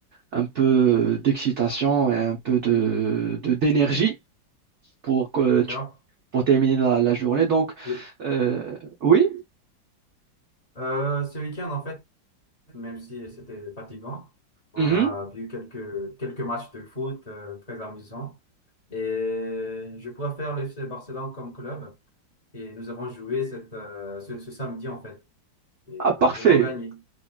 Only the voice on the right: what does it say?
un peu d'excitation et un peu de, de, d'énergie pour, que
tu- pour terminer la, la journée. Donc,
euh, oui,
mhm.
Ah, parfait.